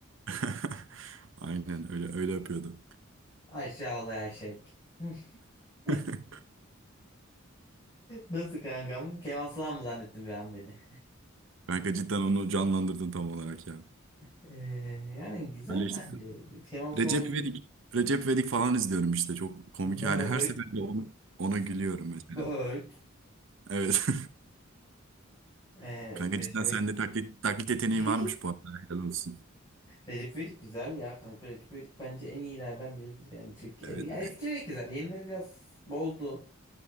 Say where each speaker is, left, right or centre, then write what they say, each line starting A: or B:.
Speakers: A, on the right; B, on the left.
A: <laughs> Aynen öyle öyle yapıyordu.
B: Aşağılayan şek. <laughs> <laughs>
A: <laughs>
B: Nasıl kankam? Kemal Sunal mı zannettin bir an beni?
A: Kanka cidden onu canlandırdın tam olarak ya.
B: Ee, yani güzel
A: Öyle işte.
B: bence. Kemal Sunal
A: Recep İvedik, Recep İvedik falan izliyorum işte. Çok komik
B: Böğüt
A: yani. Her seferinde onu, ona gülüyorum mesela.
B: Böğüt
A: Evet.
B: ee,
A: <laughs> Kanka
B: Recep
A: cidden
B: İvedik
A: sende taklit, taklit yeteneği
B: <laughs>
A: varmış bu arada. Helal olsun.
B: Recep İvedik güzel ya kanka. Recep İvedik bence en iyilerden biridir. Yani Türkiye.
A: Evet.
B: Ya eskileri güzel. Yenileri biraz bozdu.